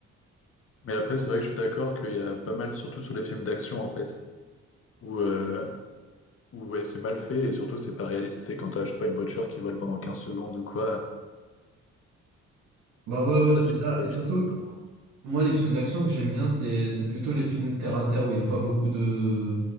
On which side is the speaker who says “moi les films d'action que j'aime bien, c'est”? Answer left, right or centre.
Right